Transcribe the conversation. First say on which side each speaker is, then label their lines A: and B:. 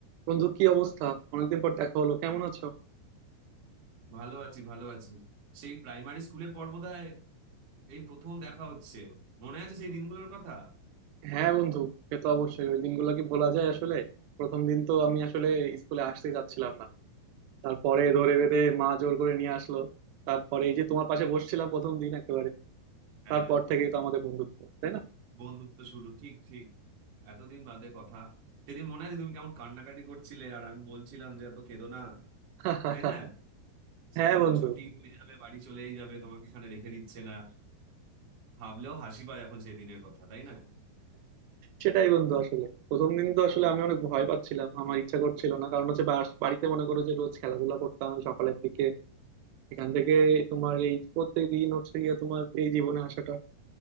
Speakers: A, on the right; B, on the right.
A: বন্ধু কি অবস্থা অনেকদিন পর দেখা হলো কেমন আছো
B: ভালো আছি ভালো আছি সেই প্রাইমারি স্কুলের পর বোধহয় এই প্রথম দেখা হচ্ছে মনে আছে সেই দিনগুলোর কথা
A: হ্যাঁ বন্ধু সে তো অবশ্যই ওই দিনগুলো কি ভোলা যায় আসলে প্রথম দিন তো আমি আসলে স্কুলে আসতে যাচ্ছিলাম না তারপরে ধরে বেঁধে মা জোর করে নিয়ে আসলো তারপরে এই যে তোমার পাশে বসছিলাম প্রথম দিন একেবারে
B: হ্যাঁ
A: তারপর থেকেই তো আমাদের বন্ধুত্ব তাই না
B: বন্ধুত্ব শুরু ঠিক ঠিক এতদিন বাদে কথা সেদিন মনে আছে তুমি কেমন কান্নাকাটি করছিলে আর আমি বলছিলাম যে এত কেঁদো না
A: <laughs>
B: তাই না
A: হ্যাঁ
B: স্কুল
A: বন্ধু
B: তো ছুটি হয়ে যাবে বাড়ি চলেই যাবে তোমাকে এখানে রেখে দিচ্ছে না ভাবলেও হাসি পায় এখন সেই দিনের কথা তাই না
A: সেটাই বন্ধু আসলে প্রথম দিন তো আসলে আমি অনেক ভয় পাচ্ছিলাম আমার ইচ্ছা করছিল না কারণ হচ্ছে বাস- বাড়িতে মনে করো যে রোজ খেলাধুলা করতাম সকালের দিকে এখান থেকে তোমার এই প্রত্যেক দিন হচ্ছে গিয়ে তোমার এই জীবনে আসাটা